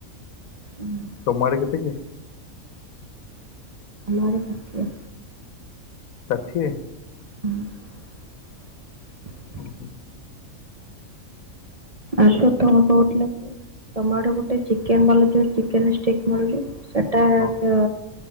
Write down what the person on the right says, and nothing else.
ହୁଁ।
ଆମ ଆଡେ ଷାଠିଏ।
ହୁଁ।
ଆଙ୍କୁ ତମେ କହୁଥିଲକି ତମ ଆଡେ ଗୋଟେ ଚିକେନ୍ ବାଲା ଯୋଉ ଚିକେନେ ଷ୍ଟିକ୍ ମିଳୁଚି। ସେଟା
କିଅଁ